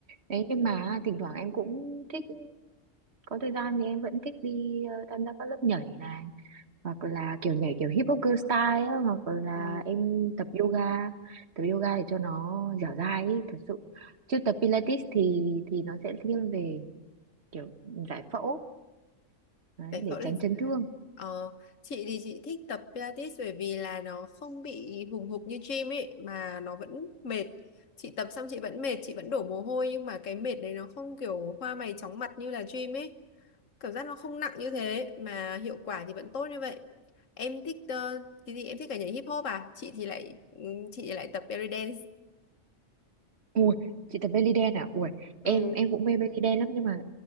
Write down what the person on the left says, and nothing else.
Ừ.
giải
phẫu là
ờ, chị thì chị thích tập Pilates bởi vì là nó không bị hùng hục như gym ấy mà nó vẫn mệt chị tập xong chị vẫn mệt chị vẫn đổ mồ hôi nhưng mà cái mệt đấy nó không kiểu hoa mày chóng mặt như là gym ấy cảm giác nó không nặng như thế mà hiệu quả thì vẫn tốt như vậy em thích ờ, cái gì em thích cả nhảy hip hop à chị thì lại ừ, chị thì lại tập belly dance
ừ